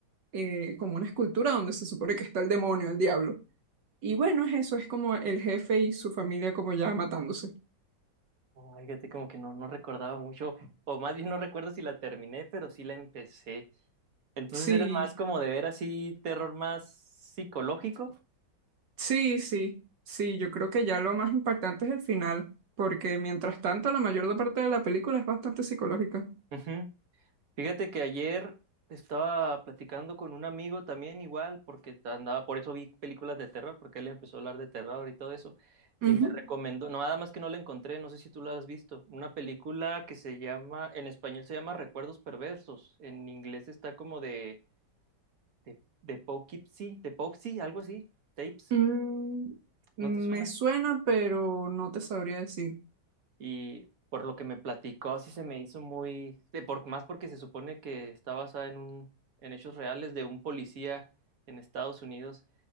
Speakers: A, on the right (about 75°); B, on the right (about 55°).
A: eh, como una escultura donde se supone que está el demonio, el diablo. Y bueno, es eso, es como el jefe y su familia como ya matándose.
B: Ay, Fíjate, como que no, no recordaba mucho, o más bien no recuerdo si la terminé, pero sí la empecé. Entonces
A: Sí,
B: eres más como de ver así terror más psicológico.
A: Sí, sí, sí, yo creo que ya lo más impactante es el final, porque mientras tanto la mayor parte de la película es bastante psicológica.
B: Ujú. Fíjate que ayer estaba platicando con un amigo también igual, porque andaba, por eso vi películas de terror, porque él empezó a hablar de terror y todo eso,
A: Ujú.
B: y me recomendó, no, nada más que no la encontré, no sé si tú la has visto, una película que se llama, en español se llama Recuerdos Perversos, en inglés está como de, de, de Poughkeepsie, de Poughkeepsie, algo así, tapes,
A: Mm, me
B: ¿no te suena?
A: suena, pero no te sabría decir.
B: Y por lo que me platicó, sí se me hizo muy, de por, más porque se supone que está basada en un, en hechos reales de un policía en Estados Unidos